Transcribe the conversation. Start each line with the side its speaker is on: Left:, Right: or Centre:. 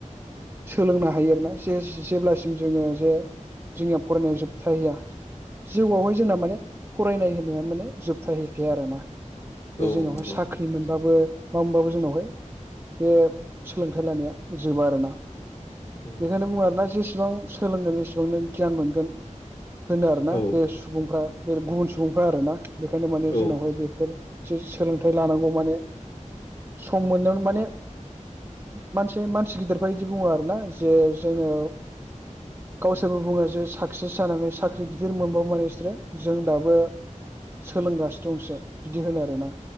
Right: सोलोंनो हायो आरोना जेस जेब्लासिम जोङो जे जोंनिया फरायनाया जोबथाहैया जिउआवहाय जोंना माने फरायनाय होनाया माने जोबथाहैखाया आरोना बे
Left: औ
Right: जोंनावहाय
Left: नंगौ
Right: साख्रि मोनबाबो मा मोनबाबो जोंनावहाय बे सोलोंथाइ लानाया जोबा आरोना
Left: औ
Right: बेखायनो बुङो आरोना जेसेबां सोलोंगोन एसिबांनो गियान मोनगोन होनो आरोना
Left: औ
Right: बे सुबुंफ्रा गुबुन सुबुंफ्रा आरोना बेखायनो माने
Left: औ
Right: जोंनावहाय बेफोर जे सोलोंथाइ लानांगौ माने सम मोननायाव माने मानसि एसे मानसि गिदिरबा बिदि बुङो आरो ना जे जोङो गावसोरबो बुङो जे साक्सेस जानानै साख्रि गिदिर मोनबावो माने बिसोरो जों दाबो सोलोंगासिनो दंसो बिदि होनो आरोना